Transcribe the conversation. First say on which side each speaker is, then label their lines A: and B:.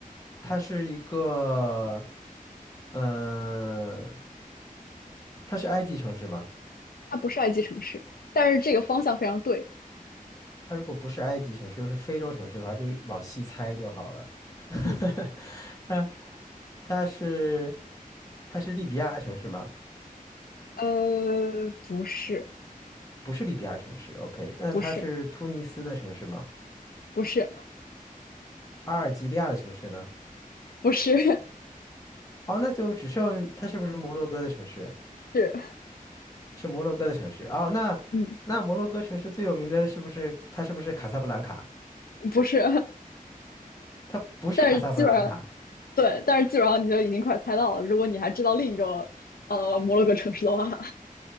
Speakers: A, on the left; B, on the left.
A: 它是一个，嗯，它是埃及城市吗？
B: 它不是埃及城市，但是这个方向非常对。
A: 它如果不是埃及城市，又是非洲城市的话，就往西猜就好了。
B: 嗯，
A: <laughs> 它它是它是利比亚城市吗？
B: 呃，不是，
A: 不是利比亚城市，OK，那它是突尼斯的城市吗？
B: 不是，不是，
A: 阿尔及利亚的城市呢？
B: 不是，
A: 哦，那就只剩它是不是摩洛哥的城市？
B: <laughs> 是，
A: 是摩洛哥的城市哦，那那摩洛哥城市最有名的是不是它是不是卡萨布兰卡？
B: 嗯，不是，
A: 它不是卡萨布兰卡
B: 但是基本上对，但是基本上你就已经快猜到了。如果你还知道另一个呃摩洛哥城市的话，<laughs>